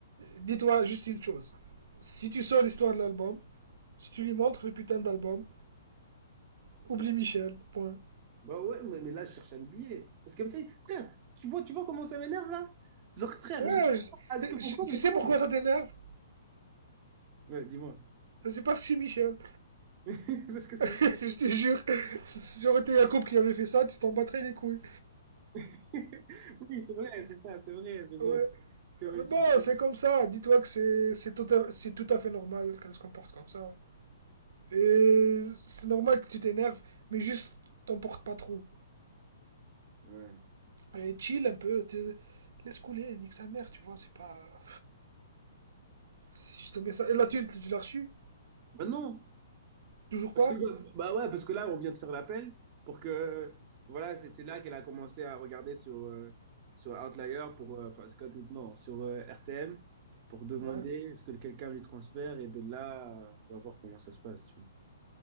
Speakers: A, on the right; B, on the right.
A: Dis-toi juste une chose. Si tu sors l'histoire de l'album, si tu lui montres le putain d'album, oublie Michel, point.
B: Bah ouais, mais, mais là, je cherche à l'oublier. Parce qu'elle me fait, frère, tu vois, tu vois comment ça m'énerve là? Genre, frère,
A: Ouais,
B: je- à ce
A: je-
B: que mon
A: je-
B: corps,
A: tu
B: il
A: sais
B: tremble.
A: pourquoi ça t'énerve?
B: Ouais, dis-moi.
A: C'est parce que c'est Michel.
B: <laughs> Parce que c'est...
A: <laughs> je te jure. Si j'aurais été Jacob qui avait fait ça, tu t'en battrais les couilles.
B: <laughs> Oui, c'est vrai, c'est ça, c'est vrai, mais bon,
A: Ouais.
B: que veux-tu?
A: Mais bon, c'est comme ça. Dis-toi que c'est, c'est tout à, c'est tout à fait normal qu'elle se comporte comme ça. Et c'est normal que tu t'énerves, mais juste t'en portes pas trop.
B: Ouais.
A: Et chill un peu. t'es- Laisse couler, nique sa mère, tu vois. C'est pas. C'est juste un message. Et la thune, tu l'as reçue
B: Bah non.
A: Toujours
B: Parce
A: pas
B: que, bah, bah ouais, parce que là, on vient de faire l'appel pour que. Voilà, c'est c'est là qu'elle a commencé à regarder sur, euh, sur Outlier, pour, euh, enfin, c'est quoi, tout- non, sur euh, RTM, pour demander
A: Ouais.
B: est ce que quelqu'un lui transfère. Et de là, euh, on va voir comment ça se passe. Tu